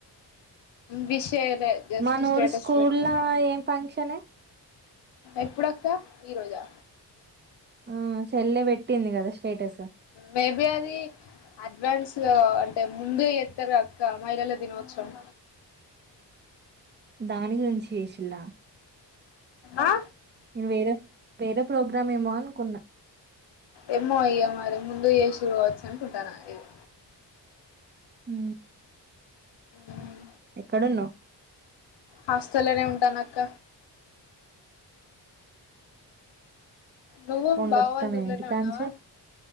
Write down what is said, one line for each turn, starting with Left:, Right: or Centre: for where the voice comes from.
Left: విష్ చేయలే జస్ట్
Right: మనూరి
Left: స్టేటస్
Right: స్కూల్‌లా
Left: పెట్నా
Right: ఏం ఫంక్షనే?
Left: ఎప్పుడక్క ఈ రోజా
Right: ఆ చెల్లె వెట్టింది గదా స్టేటస్
Left: మేబీ అది అడ్వాన్స్ గగా అంటే ముందు ఏత్తరు గా అక్క మహిళల దినోత్సవం.
Right: దాని గురించి చేేసిల్ల
Left: ఆ
Right: నేను వేరే వేరే ప్రోగ్రాం ఏమో అనుకున్నా
Left: ఏమ్మో ఇగ మరి ముందు ఏసిరు గావచ్చు అనుకుంటాన ఏవొ
Right: ఊ
Left: ఊమ్
Right: ఎక్కడున్నవ్
Left: హాస్టల్లనే ఉంటాను అక్క నువ్వు
Right: పోండొత్తాను
Left: బావా వాల్ రూంలనే
Right: ఇంటికాంచే.
Left: ఉన్నావా